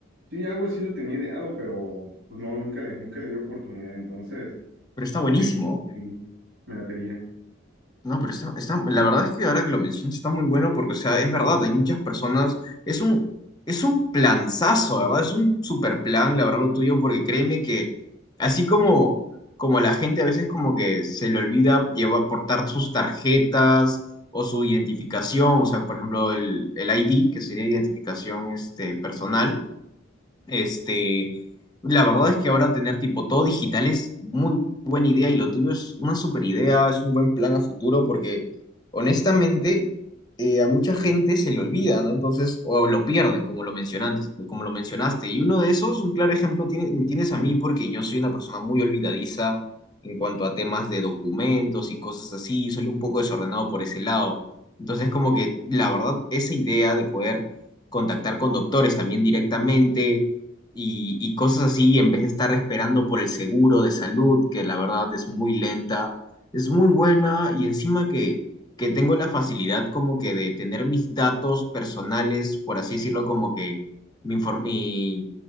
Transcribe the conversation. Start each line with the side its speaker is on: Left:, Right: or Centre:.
Right: sí, algo así lo tenía ideado, pero pues no, nunca le, nunca le di oportunidad. Entonces,
Left: Pero
Right: si
Left: está
Right: aprendo,
Left: buenísimo.
Right: <laughs> sí, me la tenía.
Left: No, pero está, está, la verdad es que ahora que lo mencionas está muy bueno porque, o sea, es verdad, hay muchas personas, es un, es un planzazo ¿verdad? Es un super plan, la verdad, lo tuyo, porque créeme que así como, como la gente a veces como que se le olvida llevar, portar sus tarjetas o su identificación, o sea, por ejemplo, el, el ID, que sería identificación este, personal, este, la verdad es que ahora tener tipo todo digital es muy buena idea y lo tuyo es una super idea, es un buen plan a futuro porque honestamente eh, a mucha gente se le olvida, ¿no? Entonces, o lo pierden, como lo mencionaste, como lo mencionaste. Y uno de esos, un claro ejemplo, tiene- me tienes a mí porque yo soy una persona muy olvidadiza en cuanto a temas de documentos y cosas así, soy un poco desordenado por ese lado. Entonces, como que la verdad, esa idea de poder contactar con doctores también directamente y, y cosas así, en vez de estar esperando por el seguro de salud, que la verdad es muy lenta, es muy buena y encima que, que tengo la facilidad como que de tener mis datos personales, por así decirlo, como que mi, infor- mi